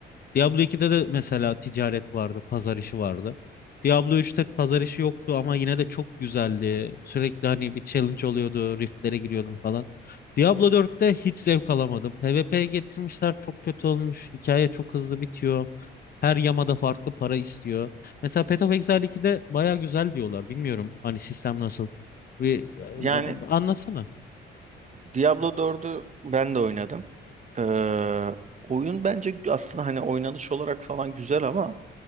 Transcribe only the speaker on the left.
Diablo ikide de mesela ticaret vardı, pazar işi vardı. Diablo üçte pazar işi yoktu ama yine de çok güzeldi. Sürekli hani bir challenge oluyordu, riftlere giriyordum falan. Diablo dörtte hiç zevk alamadım. PvP'ye getirmişler çok kötü olmuş. Hikaye çok hızlı bitiyor. Her yamada farklı para istiyor. Mesela Path of Exile 2'de baya güzel diyorlar. Bilmiyorum hani sistem nasıl. Bir,
e, anlatsana.